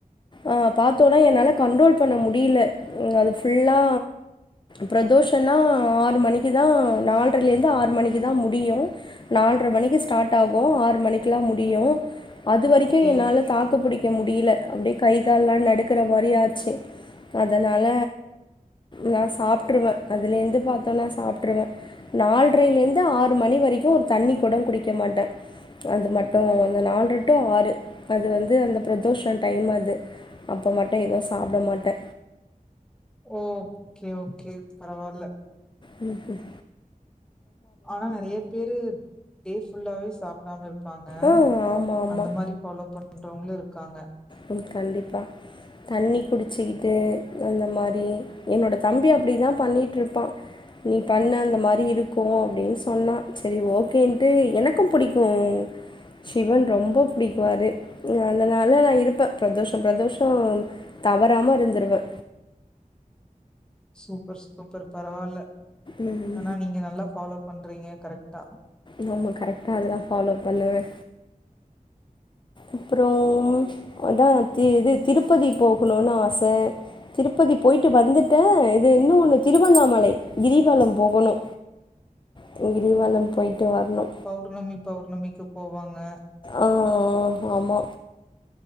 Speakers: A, on the left; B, in the centre.
A: ஆனால் பாத்தோனா என்னால கண்ட்ரோல் பண்ண முடியல அது புல்லா பிரதோஷனா ஆறு மணிக்கு தா நால்ரல இருந்து ஆறு மணிக்கு தா முடியும நால்ர மணிக்கு ஸ்டார்ட் ஆகும் ஆறு மணிக்கு தா முடியு அது வரிக்கும்
B: ஓகே
A: என்னால தாக்கு புடிக்க முடில அப்டே கை கால்லா நடுக்கற மாரி ஆச்சு அதனால நா சாப்ட்டுருவ அதுலேந்து பாத்தோனா நா சாப்ட்ருவே நால்ரைல இருந் து ஆறு மணி வரிக்கும் ஒரு தண்ணி கூட குடிக்க மாட்டே அது மட்டு அந்த நால்ற டு ஆறு அது வந்து அந்த பிரதோஷம் டைம் அது அப்ப மட்டு எதும் சாப்ட மாட்டே
B: ஓ ஓகே ஓகே பரவால்ல
A: உம் ம்
B: ஆனா நெறைய பேரு டே ஃபுல்லாவே சாப்டாம இருப்பாங்க
A: ஆ ஆமாம் ஆமாம்
B: அந்த மாரி ஃபாலோ பண்றவங்களு இருக்காங்க
A: ம் கண்டிப்பா தண்ணி குடிச்சிக்கிட்டு அந்த மாரி என்னோட தம்பி அப்டிதான் பண்ணிட்ருப்பான் நீ பண்ணு அந்த மாரி இருக்கும் அப்டின்னு சொன்னா சரி ஓகேன்ட்டு எனக்கும் புடிக்கும் சிவன் ரொம்ப புடிக்குவாரு அதனால நா இருப்ப பிரதோஷம் பிரதோஷம் தவறாம இருந்துருவே
B: சூப்பர் சூப்பர் பரவால்ல
A: ம்
B: ஆனா நீங்க நல்லா ஃபாலோ பண்றீங்க கரெக்ட்டா
A: நம்ம கரெக்ட்டா அதெல்லா ஃபாலோ பண்ணுவே அப்றோ அதான் தி இது திருப்பதி போகணுன் ஆச திருப்பதி போயிட்டு வந்துட்டு இது இன்னும் ஒன்னு திருவண்ணாமலை கிரிவலம் போகணு கிரிவாலம் போயிட்டு வர்ணு
B: பௌர்ணமி பௌர்ணமிக்கு போவாங்க
A: ஆ ஆ ஆமா